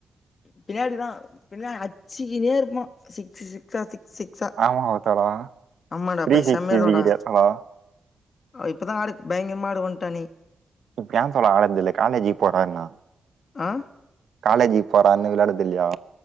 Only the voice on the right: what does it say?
ஆமா தோழா
த்ரீ
சிக்ஸ்டி
டிகிரியா தோழா
இப்ப ஏ தோழா ஆடுறது இல்ல காலேஜிக்கு போறன்னா
காலேஜிக்கு போறான்னு விளாட்றது இல்லயா